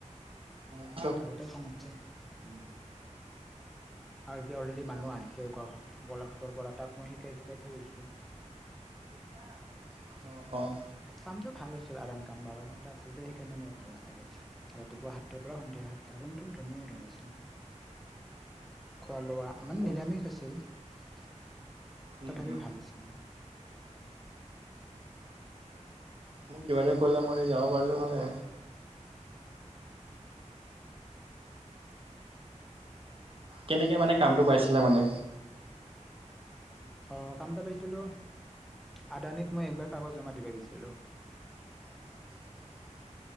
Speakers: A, on the right; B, in the centre.
A: অ',।
B: আগতে খং উঠছে। অ' আৰু এতিয়া অলৰেডি
A: অঁ
B: মানুহ আন <unintelligible> গোলাঘাটৰ পৰা তাক মই শিকাই জিকাই থৈ আহিছোঁ।
A: অ', অ
B: কামটো ভাল আছিল। আৰাম কাম, বাৰ ঘণ্টা আছিল যে সেইকাৰণে মোৰ ভাল নালাগিল ৰাতিপুৱা সাতটাৰ পৰা সন্ধিয়া সাত ৰোম থুম ধুনীয়া ৰোম আছিল। খোৱা লোৱা মানে
A: মোক
B: নিৰামিষ আছিল তথাপি
A: উম, উম,
B: ভাল আছিল।
A: মোক কিবা যে ক'লা মই যাব পাৰলো হয়। কেনেকে মানে কামটো পাইছিলা মানে?
B: অ', কামটা পাইছিলোঁ আদানীত মই একবাৰ কাগজ জমা দিব গৈছিলোঁ।
A: <inaudible>